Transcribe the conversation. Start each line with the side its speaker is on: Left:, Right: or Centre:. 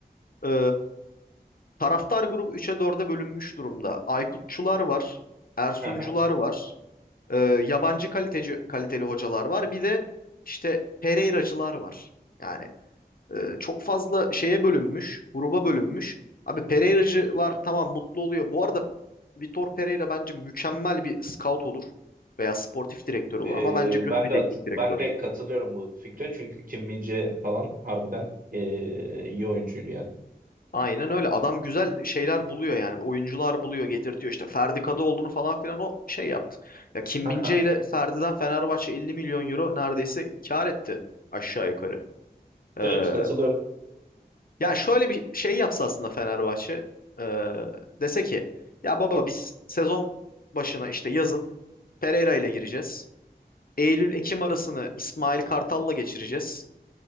Left: E, taraftar grubu üç'e dörde bölünmüş durumda. Aykutçular var, Ersuncular
Right: <laughs>
Left: var, e, yabancı kaliteci kaliteli hocalar var. Bir de işte Pereiracılar var. Yani e, çok fazla şeye bölünmüş, gruba bölünmüş. Abi Pereira'cılar tamam mutlu oluyor. Bu arada Vitor Pereira bence mükemmel bir scout olur veya sportif direktör olur
Right: Ee,
Left: ama bence kötü
Right: ben
Left: bir
Right: de
Left: teknik direktör.
Right: ben de katılıyorum bu fikre çünkü Kim Min-jae falan harbiden ee, iyi oyuncuydu yani.
Left: Aynen öyle. Adam güzel şeyler buluyor yani. Oyuncular buluyor, getirtiyor işte. Ferdi Kadıoğlu'nu falan filan o şey yaptı. Ya Kim
Right: Aha.
Left: Min-jae ile Ferdi'den Fenerbahçe 50 milyon euro neredeyse kar etti aşağı yukarı. Ee,
Right: Evet katılıyorum.
Left: Ya şöyle bir şey yapsa aslında Fenerbahçe e, dese ki ya baba biz sezon başına işte yazın Pereira ile gireceğiz. Eylül-Ekim arasını İsmail Kartal'la geçireceğiz.